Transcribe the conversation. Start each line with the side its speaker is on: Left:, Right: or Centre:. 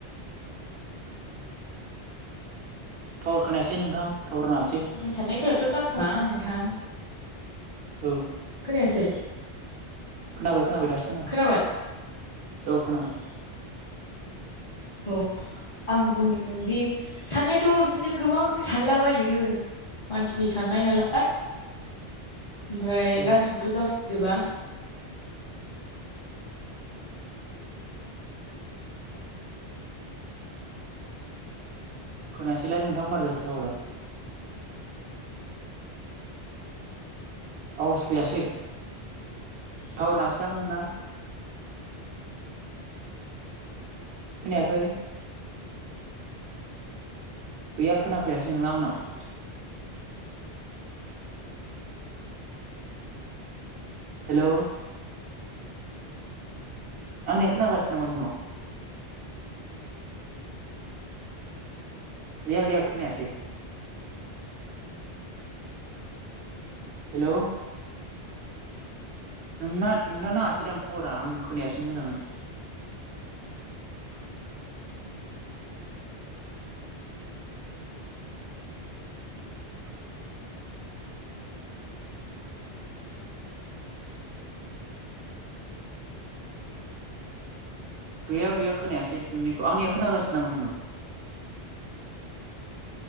Right: टावार खोनायासै नोंथां टावार नाङासै
Left: ओमफ्राय <unintelligible> साननायफोराथ' जाफुङा नोंथां
Right: औ
Left: खोनायासै
Right: खोनाबाय खोनाबाय दासो खोनादों
Left: खोनाबाय
Right: औ खोनाबाय।
Left: औ आं बुंदों दि साननायाथ' बिदिनो गोबां सानलाबायो। मानसिनि साननाय नालाय ओमफ्राय
Right: औ
Left: गासिबोथ' जाफुंजोबा
Right: खोनायासैलाय नोंथां मारै जाखो टावारा? आवाज फैयासै टावार नाङासै दां नोंना खोनायाखै गैया खोनाफैयासै नोंना आंनाव हेल' आंनिया खोनागासिनो नामा नोंनाव? गैया गैया खोनायासै हेलौ नोंना नोंना नाङासै दां टावारा आं खोनायासै मोजाङै। गैया गैया खोनायासै नोंनिखौ आंनिया खोनागासिनो नामा नोंनाव?